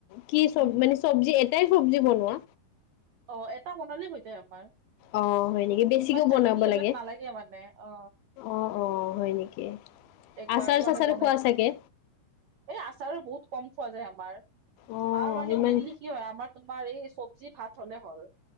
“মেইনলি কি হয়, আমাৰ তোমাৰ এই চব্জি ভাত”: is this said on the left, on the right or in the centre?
Right